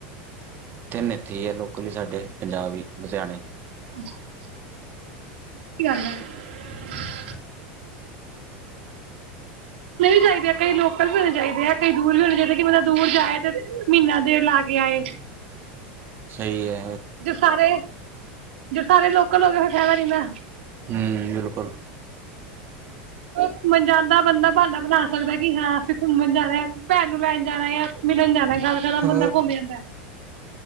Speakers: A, on the right; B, on the right.
A: ਤਿੰਨ ਏਥੇ ਈ ਐ ਲੋਕਲ ਈ ਸਾਡੇ, ਪੰਜਾਬ ਈ ਲੁਧਿਆਣੇ।
B: <unintelligible> ਕੀ <unintelligible> ਹੋਣੇ ਵੀ ਚਾਹੀਦੇ ਆ, ਕਈ ਲੋਕਲ ਵੀ ਹੋਣੇ ਚਾਹੀਦੇ ਆ, ਕਈ ਦੂਰ ਵੀ ਹੋਣੇ ਚਾਹੀਦੇ ਆ, ਕੀ ਬੰਦਾ ਦੂਰ ਜਾਏ ਤੇ ਮਹੀਨਾ ਡੇਢ ਲਾ ਵਿਆਏ
A: ਸਈ ਐ।
B: ਜੇ ਸਾਰੇ, ਜੇ ਸਾਰੇ ਲੋਕਲ ਹੋਗੇ ਫੇਰ ਫੈਦਾ ਨੀ ਨਾ।
A: ਹੂੰ, ਬਿਲਕੁਲ।
B: ਓ ਘੁੰਮਨ ਜਾਨ ਦਾ ਬੰਦਾ ਬਾਨਾ ਬਨਾ ਸਕਦਾ ਕਿ ਹਾਂ ਅਸੀ ਘੁੰਮਨ ਜਾਨਾ, ਭੈਨ ਨੂੰ ਲੈਨ ਜਾਨਾ ਯਾ ਮਿਲਨ ਜਾਨਾ। <unintelligible>
A: ਹਾਂ
B: ਬੰਦਾ ਘੁੰਮ ਆਂਦਾ ਐ।